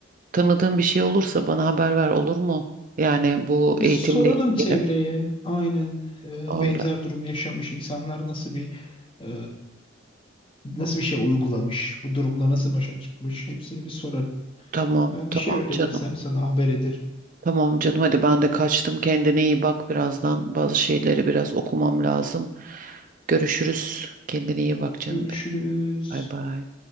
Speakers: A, on the right; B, on the left.
A: tanıdığın bir şey olursa bana haber ver olur mu? Yani bu eğitimle
B: Biz soralım
A: ilgili.
B: çevreye aynen e,
A: Öyle.
B: benzer durum yaşamış insanlar nasıl bir e, nasıl bir şey uygulamış, bu durumla nasıl başa çıkmış hepsini bir sorarım.
A: Tamam
B: Ben
A: tamam
B: bir şey öğrenirsem
A: canım.
B: sana haber ederim.
A: Tamam canım hadi ben de kaçtım kendine iyi bak birazdan bazı şeyleri biraz okumam lazım. Görüşürüz kendine iyi bak canım
B: Görüşürüz.
A: benim. Bay bay.